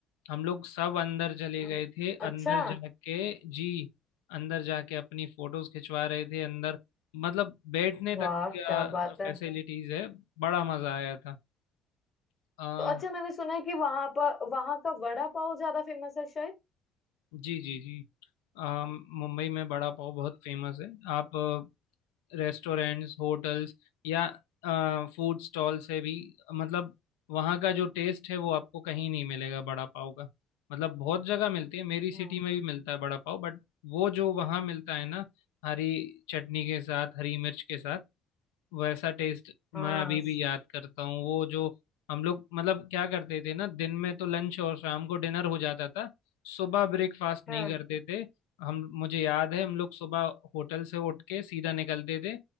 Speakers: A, on the left; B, on the left.
A: हम लोग सब अंदर चले
B: हाँ।
A: गए थे
B: अच्छा
A: अंदर जाके जी अंदर जाके अपनी फोटोज खिंचवा रहे थे अंदर मतलब बैठने
B: वाह
A: तक क्या
B: क्या बात है
A: फैसिलिटीज है बड़ा मजा आया था आ,
B: तो अच्छा मैंने सुना है कि वहां पर वहां का वड़ा पाव ज्यादा फेमस है शायद
A: जी जी जी आ, मुंबई में बड़ा पाव बहुत फेमस है आप अ, रेस्टोरेंट्स होटल्स या फूड स्टॉल से भी मतलब वहाँ का जो टेस्ट है वो आपको कहीं नहीं मिलेगा बड़ा पाव का मतलब बहुत जगह मिलती है मेरी सिटी
B: हाँ
A: में भी मिलता है बड़ा पाव बट वो जो वहाँ मिलता है ना हरी चटनी के साथ हरी मिर्च के साथ वैसा टेस्ट
B: हाँ
A: मैं अभी
B: स-
A: भी याद करता हूँ वो जो हम लोग मतलब क्या करते थे ना दिन में तो लंच और शाम को डिनर हो जाता था सुबह ब्रेकफास्ट नहीं
B: हाँ
A: करते थे हम मुझे याद है हम लोग सुबह होटल से उठ के सीधा निकलते थे